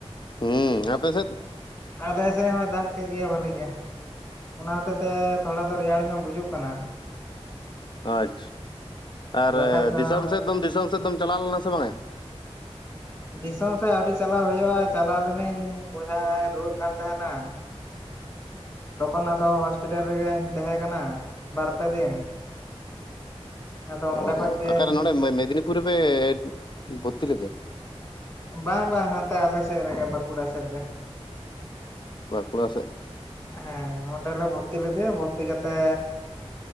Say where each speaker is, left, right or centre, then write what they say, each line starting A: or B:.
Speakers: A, on the left (about 45°); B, on the left (about 25°).
A: ᱦᱩᱸ ᱟᱯᱮ ᱥᱮᱫ?
B: ᱟᱞᱮ ᱥᱮᱫ ᱦᱚᱸᱭ ᱫᱟᱜ ᱠᱮᱫ ᱜᱮᱭᱟ ᱵᱷᱟᱹᱞᱤᱜ ᱜᱮ ᱚᱱᱟ ᱦᱚᱛᱮ ᱛᱮ ᱛᱷᱚᱲᱟ ᱫᱚ ᱨᱮᱭᱟᱲ ᱧᱚᱜ ᱵᱩᱡᱩᱜ ᱠᱟᱱᱟ᱾
A: ᱟᱪᱪᱷᱟ ᱟᱨ
B: ᱵᱟᱠᱷᱟᱡ ᱫᱚ
A: ᱫᱤᱥᱚᱢ ᱥᱮᱫ ᱫᱚᱢ ᱫᱤᱥᱚᱢ ᱥᱮᱫ ᱫᱚᱢ ᱪᱟᱞᱟᱣ ᱞᱮᱱᱟ ᱥᱮ ᱵᱟᱝᱟ?
B: ᱫᱤᱥᱚᱢ ᱥᱮᱫ ᱟᱹᱣᱨᱤ ᱪᱟᱞᱟᱣ ᱦᱩᱭᱩᱜᱼᱟ ᱪᱟᱞᱟᱣ ᱞᱮᱤᱱᱟᱹᱧ ᱵᱚᱭᱦᱟ ᱨᱩᱣᱟᱹᱜ ᱠᱟᱱ ᱛᱟᱦᱮᱸᱱᱟ᱾
A: <inaudible>
B: ᱛᱚᱠᱷᱚᱱ ᱟᱫᱚ ᱦᱚᱥᱯᱤᱴᱟᱞ ᱨᱮᱜᱮᱧ ᱛᱟᱦᱮᱸ ᱠᱟᱱᱟ ᱵᱟᱨᱯᱮ ᱫᱤᱱ᱾
A: <inaudible>
B: ᱟᱫᱚ
A: ᱚ
B: ᱚᱸᱰᱮ ᱠᱷᱚᱡ ᱜᱤᱧ
A: ᱟᱨᱠᱟᱨᱮ ᱱᱚᱰᱮ ᱢᱮᱫᱽᱱᱤᱯᱩᱨ ᱨᱮᱯᱮ ᱵᱷᱚᱨᱛᱤ ᱞᱮᱫᱮᱭᱟ
B: ᱵᱟᱝ ᱵᱟᱝ ᱦᱟᱱᱛᱮ ᱟᱞᱮ ᱥᱮᱡ ᱨᱮ ᱜᱟ ᱵᱟᱠᱩᱲᱟ ᱥᱮᱟᱭᱨᱮ᱾
A: ᱵᱟᱠᱩᱲᱟ ᱥᱮᱜ
B: ᱦᱮᱸ ᱚᱸᱰᱮᱞᱮ ᱵᱷᱚᱨᱛᱤ ᱞᱮᱫᱮᱭᱟ ᱵᱷᱚᱨᱛᱤ ᱠᱟᱛᱮᱜ